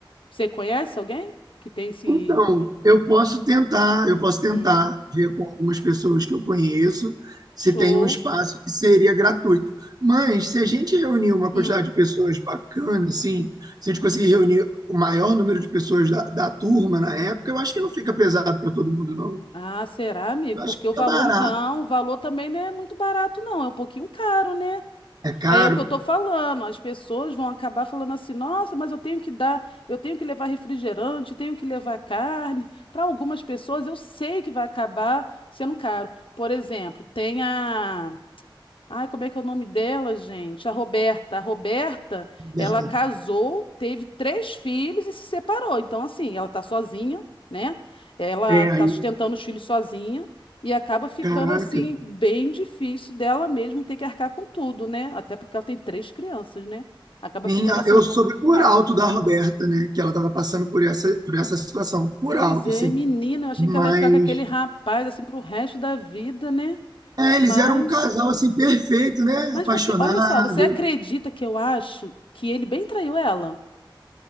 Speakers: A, on the left; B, on the right.
A: Você conhece alguém que tem esse
B: Então, eu posso tentar, eu posso tentar
A: Hum,
B: ver com algumas pessoas que eu conheço se
A: show?
B: tem um espaço que seria gratuito. Mas se a gente reunir uma quantidade
A: Hum.
B: de pessoas bacana, assim, se a gente conseguir reunir o maior número de pessoas da, da turma na época, eu acho que não fica pesado para todo mundo, não.
A: Ah, será, amigo?
B: Eu
A: Porque
B: acho que
A: o
B: fica
A: valor,
B: barato.
A: não, o valor também não é muito barato, não, é um pouquinho caro, né?
B: É caro,
A: Aí é o que eu tô falando, as pessoas vão acabar falando assim, nossa, mas eu tenho que dar, eu tenho que levar refrigerante, tenho que levar carne. Para algumas pessoas eu sei que vai acabar sendo caro. Por exemplo, tem a Ai, como é que é o nome dela, gente? A Roberta. A Roberta,
B: Roberta.
A: ela casou, teve três filhos e se separou. Então, assim, ela tá sozinha, né? Ela
B: É
A: tá
B: aí,
A: sustentando os filhos sozinha e acaba ficando,
B: caraca.
A: assim, bem difícil dela mesmo ter que arcar com tudo, né? Até porque ela tem três crianças, né? Acaba
B: Sim,
A: ficando,
B: a-
A: assim,
B: eu
A: um pouco
B: soube por
A: complicado.
B: alto da Roberta, né? Que ela estava passando por essa, por essa situação, por
A: Pois
B: alto,
A: é,
B: assim.
A: menina, eu achei
B: Mas
A: que ela ia ficar com aquele rapaz, assim, pro resto da vida, né?
B: É, eles
A: Mas
B: eram um casal assim perfeito, né?
A: Mas
B: Apaixonado.
A: você, olha só, você acredita que eu acho que ele bem traiu ela?